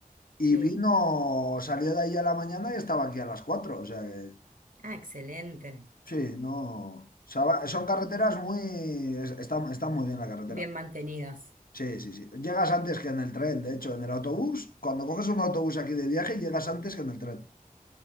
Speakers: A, on the left (about 80°); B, on the right (about 70°).
A: y
B: Sí.
A: vino, salió de ahí a la mañana y estaba aquí a las cuatro o sea que
B: Ah, excelente.
A: sí, no, o sea, va- son carreteras muy, es- está, está muy bien la carretera.
B: Bien mantenidas.
A: Sí, sí, sí. Llegas antes que en el tren, de hecho, en el autobús, cuando coges un autobús aquí de viaje, llegas antes que en el tren.